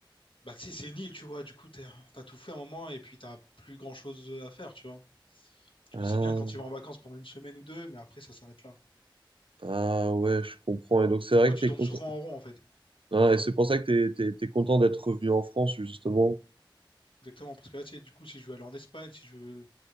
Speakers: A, on the left; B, on the right.
A: bah, tu sais, c'est une île, tu vois, du coup, t'es- t'as tout fait un moment et puis t'as plus grand-chose à faire, tu vois. Du
B: Ah,
A: coup, c'est bien quand tu vas en vacances pendant une semaine ou deux, mais après, ça s'arrête là.
B: ah ouais, je comprends. Et donc, c'est
A: Parce
B: vrai
A: que moi, tu
B: que t'es
A: tournes
B: content.
A: souvent en rond, en fait.
B: Ah, et c'est pour ça que t'es, t'es, t'es content d'être revenu en France, justement.
A: Exactement, parce que là, tu sais, du coup, si je veux aller en Espagne, si je veux,